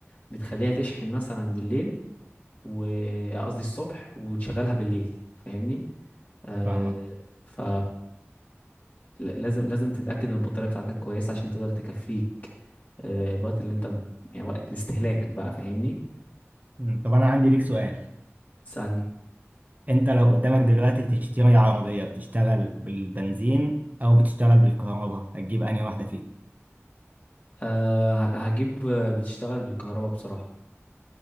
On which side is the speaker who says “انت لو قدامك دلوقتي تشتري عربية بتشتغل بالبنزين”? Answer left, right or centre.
Right